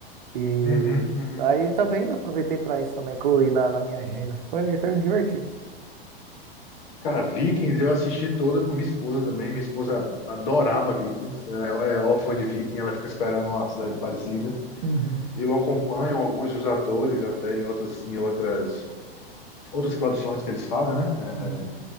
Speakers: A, on the right; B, on the left.
A: E
B: Uhum, uhum.
A: aí também aproveitei para isso também, incluí na, na minha agenda. Foi, foi divertido.
B: Cara, Vikings eu assisti toda com minha esposa também. Minha esposa adorava Vikings, ela é é órfã de Viking, ela fica esperando uma série parecida.
A: Uhum.
B: Eu acompanho alguns dos atores até em outras, em outras, outras produções que eles fazem, né? É,
A: Uhum.